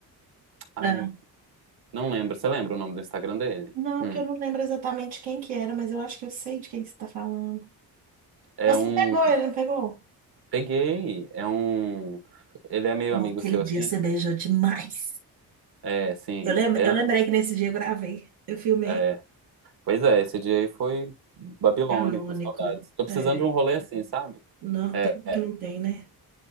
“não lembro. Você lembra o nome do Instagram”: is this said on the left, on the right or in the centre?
Right